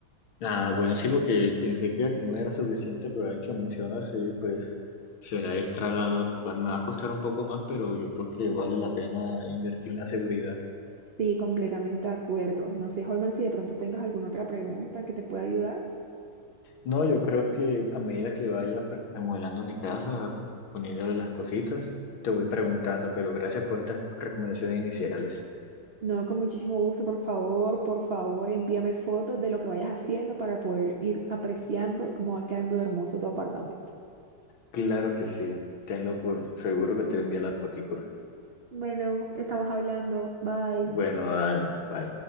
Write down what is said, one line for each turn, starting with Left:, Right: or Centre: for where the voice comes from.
Left: Ah, bueno, sí, porque pensé que con una era suficiente, pero ahora que mencionas, sí, pues será extra la Va- Me va a costar un poco más, pero yo creo que vale la pena invertir en la seguridad.
Right: Sí, completamente de acuerdo. No sé, Holman, si de pronto tengas alguna otra pregunta que te pueda ayudar.
Left: No, yo creo que a medida que vaya pues, remodelando mi casa, poniéndole las cositas, te voy preguntando, pero gracias por estas recomendaciones iniciales.
Right: No, con muchísimo gusto, por favor, por favor, envíame fotos de lo que vayas haciendo para poder ir apreciando cómo va quedando de hermoso tu apartamento.
Left: Claro que sí, tenlo por seguro que te envía las foticos.
Right: Bueno, estamos hablando. Bye.
Left: Bueno, dale, bye.